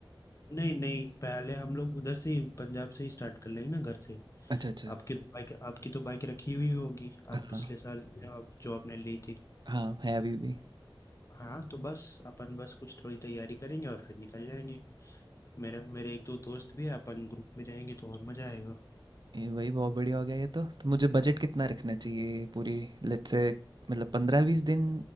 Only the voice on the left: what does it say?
नहीं नहीं पहले हम लोग उधर से ही पंजाब से ही स्टार्ट कर लेंगे ना घर से
आपकी तो बाइक आपकी तो बाइक रखी हुई होगी आप
पिछले साल आप- जो आपने ली थी
हाँ तो बस अपन बस कुछ थोड़ी तैयारी करेंगे और फिर निकल जाएंगे मेरे मेरे एक दो दोस्त भी है अपन ग्रुप में जाएंगे तो और मज़ा आएगा